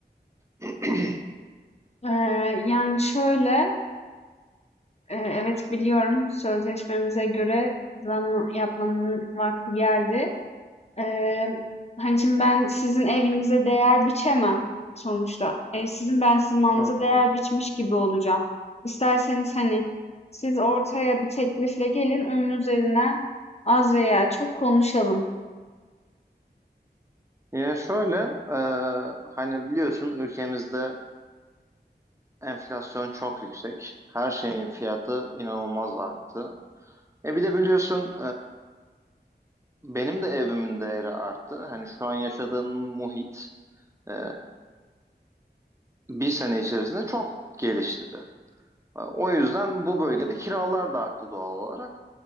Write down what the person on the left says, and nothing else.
Eee, yani şöyle, e, evet biliyorum sözleşmemize göre zam yapmanın vakti geldi. Eee hani şimdi ben sizin evinize değer biçemem sonuçta. Ev sizin ben sizin malınıza
değer biçmiş gibi olacağım. İsterseniz hani siz ortaya bir teklifle gelin onun üzerine az veya çok konuşalım.